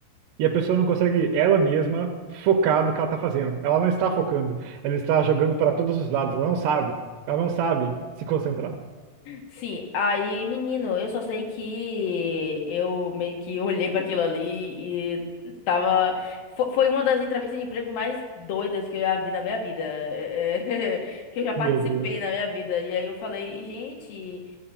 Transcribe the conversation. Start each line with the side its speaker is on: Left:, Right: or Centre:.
Right: e a pessoa não consegue ela mesma focar no que ela está fazendo. Ela não está focando. Ela está jogando para todos os lados. Ela não sabe. Ela não sabe se concentrar.
Left: Sim, aí, menino, eu só sei que eu meio que olhei pra aquilo ali e tava. fo- Foi uma das entrevistas de emprego mais doidas que eu já vi na minha vida. É, é, <laughs> que eu já
Right: Meu
Left: participei
Right: Deus.
Left: na minha vida. E aí eu falei, gente.